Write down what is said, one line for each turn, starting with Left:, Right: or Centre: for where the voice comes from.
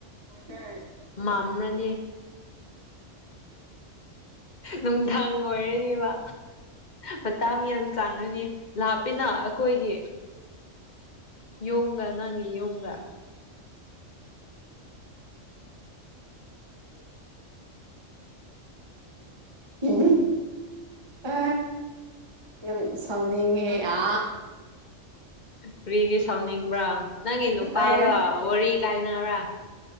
Right: ꯎꯝ
Left: ꯃꯝ꯭ꯔꯅꯤ ꯅꯨꯡꯗꯥꯡ ꯑꯣꯏꯔꯅꯦꯕ ꯃꯇꯥꯡ ꯌꯥꯝ ꯆꯥꯡꯉꯅꯤ ꯂꯥꯞꯄꯤꯅ ꯑꯩꯈꯣꯏꯒꯤ ꯌꯣꯝꯒ ꯅꯪꯒꯤ ꯌꯣꯝꯒ
Right: ꯏ ꯑ ꯌꯥꯝ ꯁꯥꯎꯅꯤꯡꯉꯦ ꯑ
Left: ꯐꯔꯤꯒꯤ ꯁꯧꯅꯤꯡꯕ꯭ꯔꯥ ꯅꯪꯒꯤ ꯅꯨꯄꯥꯒ
Right: ꯑꯩ
Left: ꯋꯥꯔꯤ ꯀꯥꯏꯅꯕ꯭ꯔꯥ